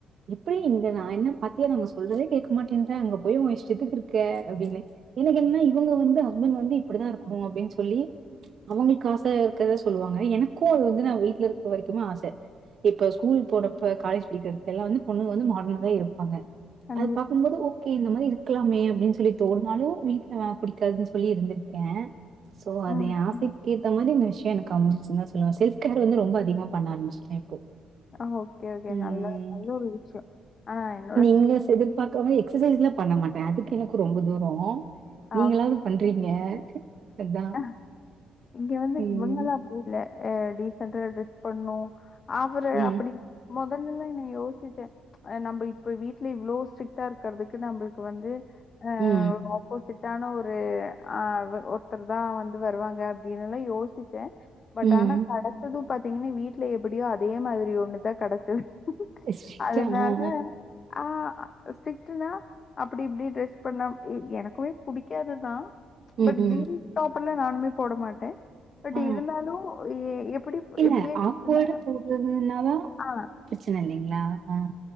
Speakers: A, on the right; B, on the left.
A: எப்பிடி இருந்த நா என்ன பாத்தியா நாங்க சொல்றதே கேக்க மாட்டேன்ற அங்க போய் உ இஷ்டத்துக்கு இருக்க அப்டின்னு எனக் என்னன்னா இவுங்க வந்து ஹஸ்பண்ட் வந்து இப்பிடிதா இருக்கணு அப்டின் சொல்லி அவங்கள்க்கு ஆசயா இருக்கறத சொல்லுவாங்க எனக்கு அது வந்து நா வீட்லருக்க வரைக்குமே ஆச இப்ப ஸ்கூல் போறப்ப காலேஜ் படிக்கிறப்பல்லா வந்து பொண்ணுங்க வந்து மாடனா தா இருப்பாங்க
B: கண்டிப்பா.
A: அது பாக்கும்போது ஓகே இந்த மாரி இரு க்கலாமே அப்டின் சொல்லி தோண்னாலு வீட்லல்லா பிடிக்காதுனு சொல்லி இருந்திருக்கே சோ அது
B: ம்,
A: எ ஆசைக்கே
B: ம்.
A: த்த மாரி இந்த விஷ்யோ எனக்கு அமஞ்சுச்சுன் தா சொல்லுவ செல்ஃப் கேர் வந்து ரொம்ப அதிகமா பண்ண ஆரம்பிஸ்ட்டே இப்போ
B: ஆ ஓகே ஓகே
A: உம்
B: நல்ல நல்ல ஒரு விஷ்யோ ஆனா என்னோட
A: மைனஸ் எதிர்ப்பா காம எக்சசைஸ்லா பண்ண மாட்டே அதுக்கு எனக்கு ரொம்ப தூரோ
B: ஆ,
A: நீங்களாவ்து பண்றீங்க அதா.
B: ஆ இங்க வந்து
A: ம்.
B: <unintelligible> ஊர்ல அ டீசன்ட்டா ட்ரஸ் பண்ணு அவரு
A: ம்.
B: அப்பிடி மொதல்லல்லா என்ன யோசிச்ச ஆ நம்ப இப்ப வீட்ல இவ்ளோ ஸ்ட்ரிட்டா இருக்கறதுக்கு நம்பளுக் வந்து ஆ
A: ம்.
B: ஒரு ஆப்போசிட்டான ஒரு ஆ அவ ஒரு த்தர் தா வந்து வருவாங்க அப்டின்னெல்லா யோசிச்சே பட்
A: ம்.
B: ஆனா கெட ச்சது பாத்தீங்கன்னா வீட்ல எப்பிடியோ அதே மாதிரி ஒன்னுதா கெடச்சது
A: ஸ்ட்ரிக்ட்டா
B: அதுனால
A: ஆ ஆ.
B: ஆ அ ஸ்ட்ரிட்டுனா அப்புடி இப்டி ட்ரஸ் பண்ணா இ எனக்குமே புடிக்காதுதா
A: ம்.
B: பட்
A: ம்.
B: ஜீன் டாப் எல்லா நானுமே போட மாட்டே பட்
A: ஆ
B: இருந்தாலு எ எ எப்பிடி
A: இல்ல
B: இப்பிடியே
A: ஆக்வர்டா
B: இருந்தான்னா
A: போடுறதுனாதா
B: ஆ
A: பிரச்சன இல்லீங்ளா ஆ